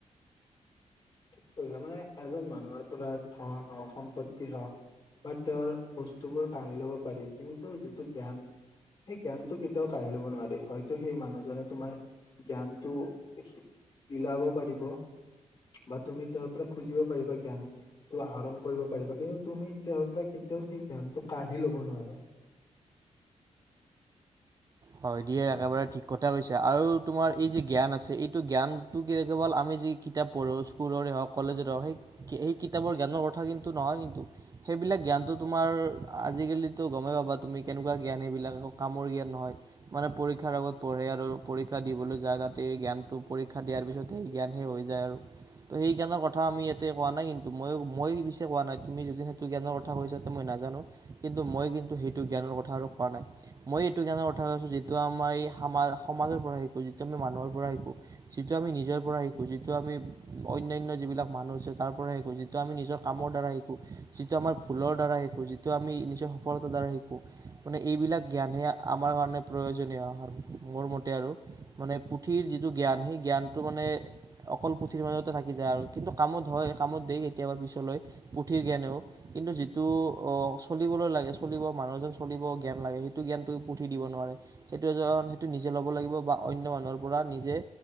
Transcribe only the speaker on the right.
হয় দিয়া, একেবাৰে ঠিক কথা কৈছে! আৰু তোমাৰ, এই যি জ্ঞান আছে, এইটো জ্ঞানটো কি কেৱল, আমি যি কিতাপ পঢ়ো, স্কুলৰে হওঁক, কলেজৰে হওঁক। সেই, সেই কিতাপৰ জ্ঞানৰ কথা কিন্তু, নহয় কিন্তু। সেইবিলাক জ্ঞানটো তোমাৰ, আজিকালিতো গমেই পাবা। তুমি, কেনেকুৱা জ্ঞান সেইবিলাক, কামৰ জ্ঞান নহয়। মানে, পৰীক্ষাৰ আগত পঢ়ে আৰু পৰীক্ষা দিবলৈ যায়। তাতে, জ্ঞানটো পৰীক্ষা দিয়াৰ পিছত সেই জ্ঞানহে হৈ যায় আৰু। ত' সেই, জ্ঞানৰ কথা আমি ইয়াতে কোৱা নাই, কিন্তু। মইয়ো, মই পিছে, কোৱা নাই। তুমি যদি সেইটো জ্ঞানৰ কথা কৈছা, ত' মই নাজানোঁ। কিন্তু, মই কিন্তু, সেইটো জ্ঞানৰ কথা আৰু কোৱা নাই। মই এইটো জ্ঞানৰ কথা কৈছোঁ। যিটো আমাৰ, এই সমা, সমাজৰ পৰা শিকোঁ, যিটো আমি মানুহৰ পৰা শিকোঁ। যিটো আমি নিজৰ পৰা শিকোঁ। যিটো আমি অন্যান্য যিবিলাক মানুহ আছে, তাৰ পৰাই শিকোঁ। যিটো আমি, নিজৰ কামৰ দ্বাৰা শিকোঁ। যিটো আমাৰ ভুলৰ দ্বাৰা শিকোঁ। যিটো আমি, নিজৰ সফলতাৰ দ্বাৰা শিকোঁ। মানে, এইবিলাক জ্ঞানহে আমাৰ মান মানে, প্ৰয়োজনীয় মোৰ মতে আৰু। মানে, পুথিৰ যিটো জ্ঞান, সেই জ্ঞানটো মানে, অকল পুথিৰ মাজতে থাকি যায় আৰু। কিন্তু, কামত হয়, কামত দিয়ে কেতিয়াবা পিছলৈ, পুথিৰ জ্ঞানেও। কিন্তু, যিটো অ'! চলিবলৈ লাগে, চলিব মানুহ এজন চলিব জ্ঞান লাগে, সেইটো জ্ঞানটো পুথি দিব নোৱাৰে। সেইটো এজন, সেইটো নিজে ল'ব লাগিব বা অন্য মানুহৰ পৰা নিজে